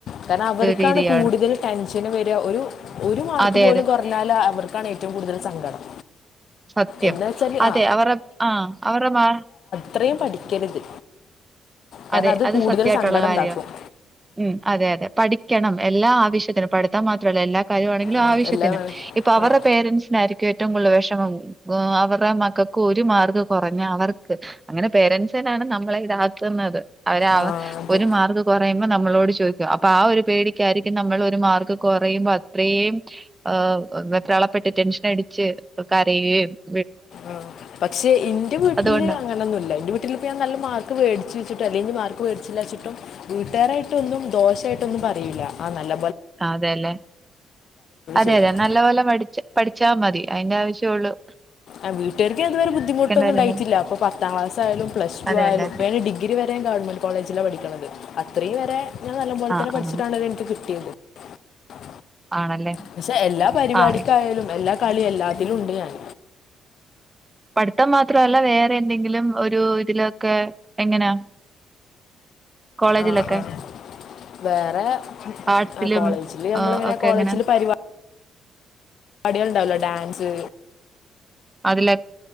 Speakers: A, on the left; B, on the right.
A: കാരണം അവർക്കാണ്
B: രീതിയാണ്
A: കൂടുതല് ടെൻഷന് വരുക ഒരു ഒരു മാർക്ക്
B: അതെ
A: പോലും
B: അതെ
A: കുറഞ്ഞാല് അവർ ക്കാണ് ഏറ്റവും കൂടുതൽ സങ്കടം
B: സത്യം
A: എന്ന് വെച്ചാൽ
B: അതെ
A: ആ
B: അവരുടെ ആഹ് അവരുടെ മാ
A: ത്രേം പഠിക്കരുത് കാരണം
B: അതെ അത്
A: കൂടുതൽ
B: സത്യായിട്ടുള്ള
A: സങ്കടം
B: കാര്യാണ്
A: ഉണ്ടാക്കും
B: ഉം അതെ അതെ പ പഠിക്കണം എല്ലാ ആവശ്യത്തിനും പഠ്ത്തം മാത്രാല്ല എല്ലാ കാര്വാണെങ്കിലും
A: ആ
B: ആവശ്യത്തിന്
A: എല്ലാം
B: ഇപ്പോ അവര്ടെ
A: ആ
B: പേരൻറ്സിനാരിക്കും ഏറ്റവും കൂടുതൽ വെഷമം ഗൊ അവർടെ മക്കക്ക് ഒരു മാർക്ക് കൊറഞ്ഞാ അവർക്ക് അങ്ങനെ പേരൻറ്സിനാണ് നമ്മളെ ഇതാ ക്കുന്നത് അവരെ ആവ്
A: ആ അതെ
B: ഒരു മാർഗ് കൊറയുമ്പോ നമ്മളോട് ചോയ് ഗ്യ അപ്പ ആ ഒരു പേടിക്ക്യായിരിക്കും നമ്മളൊരു മാർക്ക്കൊറയുമ്പോ അത്രീം ആ വെപ്രാളപ്പെട്ടിട്ട് ടെൻഷ്നടിച്ച് കരയേ <unintelligible> ക്
A: ആഹ് പക്ഷെ ഇന്റെ വീട്ടില്
B: അതുകൊണ്ടാ
A: അങ്ങനൊന്നുല്ല ഇന്റെ വീട്ടില് ഇപ്പ ഞാൻ നല്ല മാർക്ക് വേടി ചുചിട്ടും അല്ലേങ്കി മാർക്ക് വേടിച്ചില്ലാച്ച്ട്ടും വീട്ടാരായിട്ടൊന്നും ദോശായിട്ടൊന്നും പറിയില്ല ആ നല്ല
B: ആതെ ലെ. അതെ
A: ചെയ്യാം
B: അതെ നല്ല പോലെ പഠിച്ച് പഠിച്ചാ മതി. അയിന്റെ ആവശ്യെ ഒള്ളൂ
A: ആഹ് വീട്ട്കാർക്ക് ഞാ ഇതുവരെ ബുദ്ധിമുട്ടൊന്നും
B: കാര്യൊന്നുല്ല
A: ഇണ്ടായിട്ടില്ല ഇപ്പൊ പത്താം ക്ലാസ്സായാലും പ്ലസ് ടു
B: അതെല്ലേ
A: ആയലും ഇപ്പ ഞാൻ ഡിഗ്രി വരെ ഗവൺമെന്റ് കോളേജിലാ പഠിക്ക്ണത് അത് ത്രീ വരെ ഇങ്ങള് നല്ല പോലെത്തെന്ന
B: ആഹ്
A: പഠിച്ചിട്ടാണ്
B: ആഹ്
A: ഇത് എനിക്ക് കിട്- <unintelligible>
B: ആണല്ലേ
A: പക്ഷെ എല്ലാ പരിപാടിക്കായാലും
B: ആഹ്
A: എല്ലാ കളി എല്ലാത്തിലുണ്ട് ഞാൻ
B: പഠിത്തം മാത്രല്ല വേറെ എന്തെങ്കിലും ഒരു ഇതിലൊക്കെ എങ്ങനാ കോളേജിലൊക്കെ
A: ആഹ് ആഹ് വേറെ
B: ആർട്സിലും
A: ആ കോളേജില് നമ്മളിങ്ങനെ
B: ആഹ് ഒക്കെ
A: കോളേജില്
B: എങ്ങനെ
A: പരിപാ ടികൾണ്ടാവല്ലോ ഡാൻസ്
B: അതിലെ